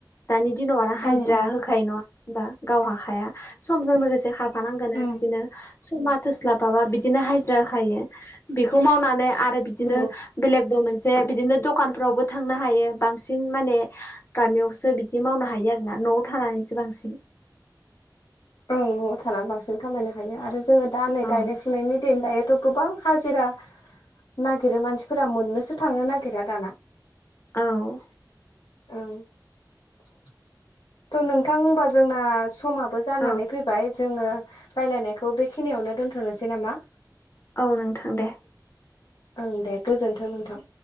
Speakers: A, on the left; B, on the left.
A: दानि दिनाव आरो हाजिरा
B: ओं
A: होखायो नङा होनबा गाव हाखाया। समजों लोगोसे खारफानांगोन
B: औ
A: आरो बिदिनो समा थोस्लाबाबा बिदिनो हाजिरा होखायो बेखौ मावनानै आरो बिदिनो
B: नंगौ
A: बेलेगबो मोनसे बिदिनो दखानफ्रावबो थांनो हायो बांसिन माने गामियावसो बिदि मावनो हायो आरोना न'आव थानानैसो बांसिन
B: ओं न'आव थानानै बांसिन खामायनो हायो आरो जोङो दा नै
A: औ
B: गायनाय फुनायनि दिन दायो थ' गोबां हाजिरा नागिरो मानसिफोरा मोननोसो थांनो नागिरा दाना।
A: औ
B: ओं <inaudible> थ' नोंथां होनबा जोंना समाबो जानानै
A: औ
B: फैबाय जोङो राय्लायनायखौ बेखिनियावनो दोनथ'नोसै नामा?
A: औ नोंथां दे।
B: ओं दे गोजोन्थों नोंथां।